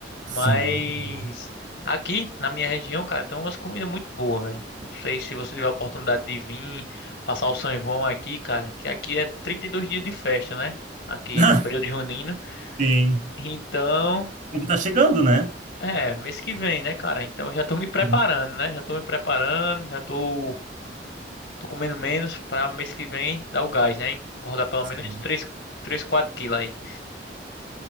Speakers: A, on the left; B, on the right.
A: Mas
B: Sim, é muito bom.
A: aqui na minha região, cara, tem umas comidas muito boas, velho. Não sei se você tiver a oportunidade de vir passar o São João aqui, cara, que aqui é 32 dias de festa, né? Aqui
B: <laughs>
A: no período junino.
B: Sim.
A: Então,
B: Porque tá chegando, né?
A: É, mês que vem, né, cara? Então eu já tô me preparando,
B: Sim,
A: né? Já tô me preparando, já tô, tô comendo menos pra mês que vem dar o gás, né? Engordar pelo
B: sim.
A: menos três, 3, 4 quilos aí.